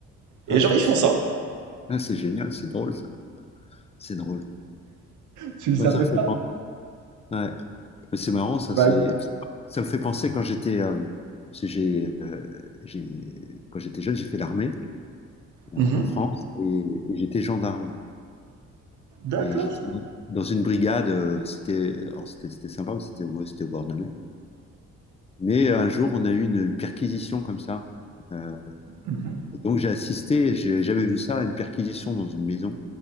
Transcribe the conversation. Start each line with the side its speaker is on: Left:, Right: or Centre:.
Left: Ah,
Right: et genre,
Left: c'est que
Right: ils font
Left: c'est-
Right: ça.
Left: ah, c'est génial, c'est drôle, ça. C'est drôle.
Right: Tu le savais
Left: bah ça me fait
Right: pas?
Left: penser. Ouais. Mais c'est marrant, ça,
Right: Bah
Left: c'est... ça me fait penser quand j'étais euh, parce que j'ai, euh, j'ai- quand j'étais jeune, j'ai fait l'armée en,
Right: Mmh
Left: en France et, et j'étais gendarme.
Right: d'accord.
Left: Et j'étais dans une brigade, euh, c'était alors, c'était c'était sympa, mais c'était au c'était au bord de la mer. Mais un jour, on a eu une perquisition comme ça. Euh,
Right: Mmh mh.
Left: et donc j'ai assisté, j'ai jamais vu ça, à une perquisition dans une maison.